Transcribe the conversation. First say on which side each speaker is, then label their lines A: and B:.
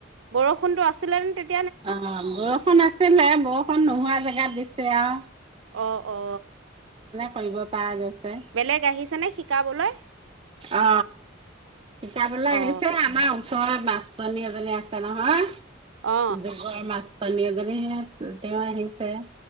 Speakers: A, on the right; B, on the right.
A: বৰষুণটো আছিলে নে তেত
B: অ বৰষুন আছিলে বৰষুন নোহোৱা জেগাত দিছে আউ
A: অ অ
B: কৰিব পৰা গৈছে
A: বেলেগ আহিছে নে শিকাবলৈ
B: অ শিকাবলৈ
A: অ
B: আহিছে আম আমাৰ ওচৰৰে মাষ্টৰণী এজনী আছে নহয়
A: অ
B: যোগৰ মাছ মাষ্টৰণী এজনী সেয়া তেওঁ আহিছে